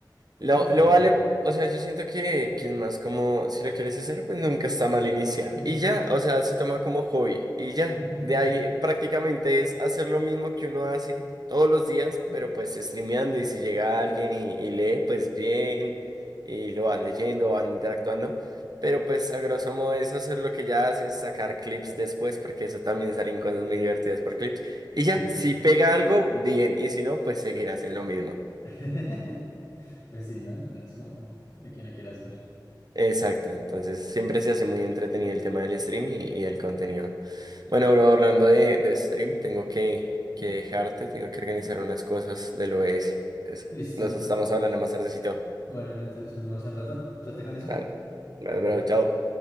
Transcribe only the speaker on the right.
Lo,
lo
vale, o sea, yo siento que, que es más como, si lo quieres hacer, pues nunca está mal iniciar.
Y ya, o sea, se toma como hobby y ya.
De ahí prácticamente es hacer lo mismo que uno hace todos los días, pero pues streameando y si llega alguien y, y lee, pues bien, y lo vas leyendo, van interactuando. Pero pues a grosso modo es hacer lo que ya haces, sacar clips después, porque eso también salen cosas muy divertidas por clips. Y ya,
si pega algo, bien, y si no, pues seguirás en lo mismo.
Exacto, entonces siempre se hace muy entretenido el tema del stream y, y el contenido. Bueno, bro, hablando de, de stream, tengo que, que dejarte, tengo que organizar unas cosas del OS. Ese.
Nos estamos hablando más tardecito.
Ah, Bro,
chao.